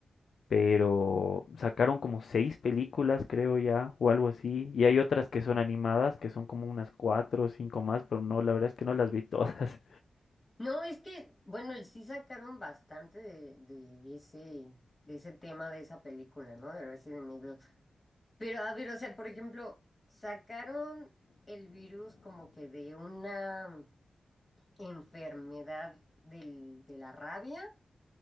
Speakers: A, on the left; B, on the left.
A: Pero sacaron como seis películas, creo ya, o algo así. Y hay otras que son animadas, que son como unas cuatro o cinco más, pero no, la verdad es que no las vi <laughs> todas.
B: No, es que, bueno, sí sacaron bastante de, de ese, de ese tema de esa película, ¿no? De Resident Evil. Pero a ver, o sea, por ejemplo, sacaron el virus como que de una enfermedad del, de la rabia.